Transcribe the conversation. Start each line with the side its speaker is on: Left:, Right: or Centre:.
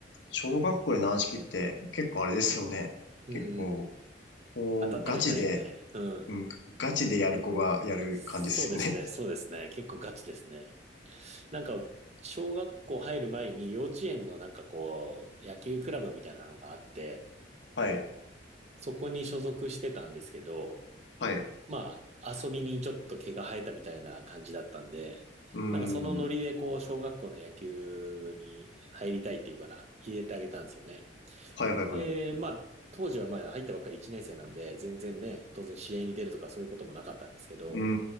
Left: 小学校で軟式って結構あれですよね。
Right: うんうんうん。
Left: 結構、こう、
Right: 当たったら痛いんで、
Left: ガチで、
Right: うん。
Left: うん、ガチでやる子がやる感じですよね。
Right: そうですね、そうですね。結構ガチですね。なんか、小学校入る前に幼稚園のなんかこう、野球クラブみたいなのがあって、
Left: <laughs> はい。
Right: そこに所属してたんですけど、
Left: はい。う
Right: まあ、遊びにちょっと毛が生えたみたいな感じだったんで、
Left: ーん。
Right: なんかそのノリでこう、小学校の野球に入りたいっていうから入れてあげたんですよね。
Left: はいはいはい。
Right: で、まあ、当時はまあ入ったばっかり1年生なんで、全然ね、当然試合に出るとかそういうこともなかったんですけど、
Left: うー